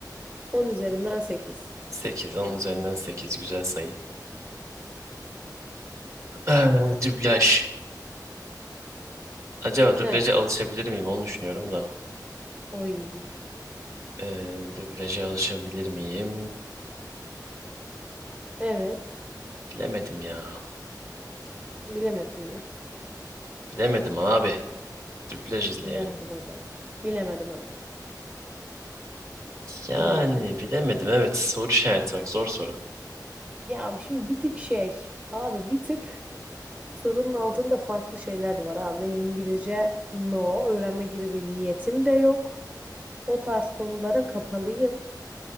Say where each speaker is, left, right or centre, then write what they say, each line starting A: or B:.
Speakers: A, on the right; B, on the right.
A: On üzerinden sekiz.
B: 8, 10 üzerinden 8 güzel sayı. Ee, dublaj. Acaba dublaja
A: Heh.
B: alışabilir miyim? Onu düşünüyorum da.
A: Oy.
B: Ee, dublaja alışabilir miyim?
A: Evet.
B: Bilemedim ya.
A: Bilemedin mi?
B: Bilemedim abi. Dublaj izleyelim.
A: Bilemedim hocam. Bilemedim hocam.
B: Yani
A: Bilemedim.
B: bilemedim evet. Soru işareti bak zor soru.
A: Ya şimdi bir tık şey. Abi bir tık Sorunun altında farklı şeyler de var abi. Benim İngilizce no öğrenme gibi bir niyetim de yok. O tarz konulara kapalıyım.